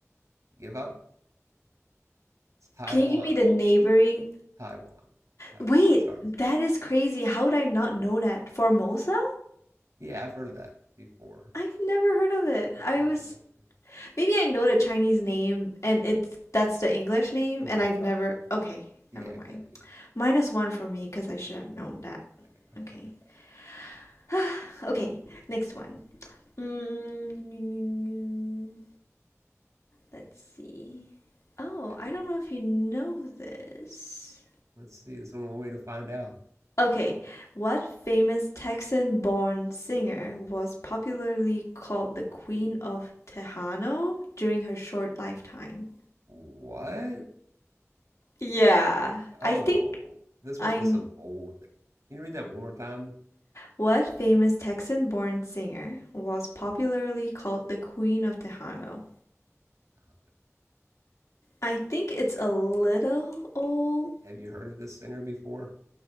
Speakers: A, on the right; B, on the left.
A: You give up? It's Taiwan.
B: Can you give me the neighboring?
A: Taiwan. Taiwan.
B: Wait,
A: Sorry.
B: that is crazy. How would I not know that? Formosa?
A: Yeah, I've heard of that before.
B: I've never heard of it.
A: Yeah, I've
B: I
A: heard
B: was
A: of that actually.
B: maybe I know the Chinese name and it's that's the English name
A: Right.
B: and I've never okay,
A: Yeah,
B: never mind.
A: it could be.
B: Minus one for me because I should have known that.
A: Okay. Okay.
B: Okay. <sighs> okay, next one. Mm, let's see. Oh,
A: Yeah.
B: I don't know if you know this.
A: Let's see. This one one way to find out.
B: Okay, what famous Texan born singer was popularly called the Queen of Tejano during her short lifetime?
A: What?
B: Yeah, I
A: Oh,
B: think
A: this
B: I.
A: must be some old thing. Can you read that one more time?
B: What famous Texan born singer was popularly called the Queen of Tejano?
A: Uh-huh.
B: I think it's a little old.
A: Have you heard of this singer before?